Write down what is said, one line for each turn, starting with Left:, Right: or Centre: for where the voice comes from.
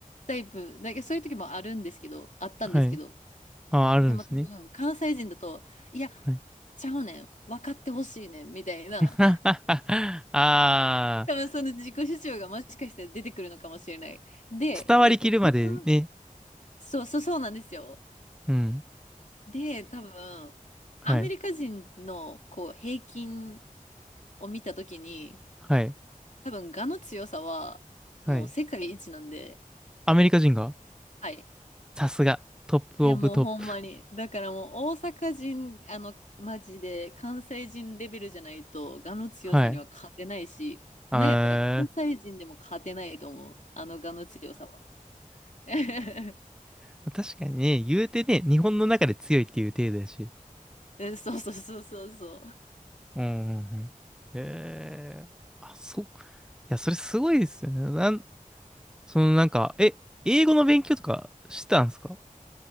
Left: タイプ、なんかそういう時もあるんですけど、あったんですけど、
Centre: はい。あ、あるんですね。
Left: でも多分関西人だと、いや、
Centre: はい。
Left: ちゃうねん、分かってほしいねん、みたいな、
Centre: <laughs> ああ、
Left: 多分その自己主張がもしかしたら出てくるのかもしれない。で、
Centre: 伝わりきるまでね。
Left: えっと、基本そうそうそうなんですよ。
Centre: うん。
Left: で、多分、
Centre: はい。
Left: アメリカ人のこう平均を見た時に、
Centre: はい。
Left: 多分、我の強さは、もう世界一なんで、
Centre: はい。アメリカ人が
Left: はい。
Centre: さすが。トップオブトップ。
Left: え、もうほんまに。だからもう大阪人、あの、マジで関西人レベルじゃないと、我の強さには勝てないし、
Centre: はい。あー
Left: なんやったら関西人でも勝てないと思う。あの我の強さは。<laughs>
Centre: <laughs> 確かにね、言うてね、日本の中で強いっていう程度やし。
Left: えそうそうそうそうそ
Centre: うん、うん、うん。へえ。あ、そう。いや、それすごいですよね。なんそのなんか、え、英語の勉強とかしてたんですか